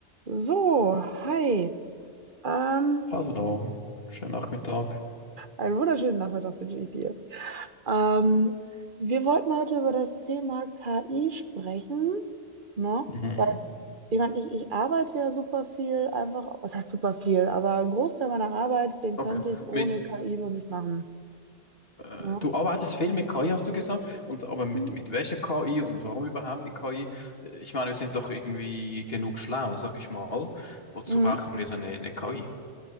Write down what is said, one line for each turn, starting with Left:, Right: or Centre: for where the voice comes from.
Right: So, hi. Ähm,
Left: Hallo, schönen Nachmittag.
Right: einen wunderschönen Nachmittag wünsche ich dir. Ähm, wir wollten heute über das Thema KI sprechen, ne?
Left: Mhm.
Right: Weil, ich meine, ich, ich arbeite ja super viel einfach, was heißt super viel, aber einen Großteil meiner Arbeit, den
Left: Okay.
Right: könnte ich ohne
Left: Mit,
Right: KI so nicht machen,
Left: äh,
Right: ne?
Left: du arbeitest viel mit KI, hast du gesagt, und aber mit,
Right: Mhm.
Left: mit welcher KI und warum überhaupt mit KI? Äh, Ich meine, wir sind doch irgendwie genug schlau, sag ich mal. Wozu
Right: Mhm.
Left: brauchen wir dann eine, eine KI?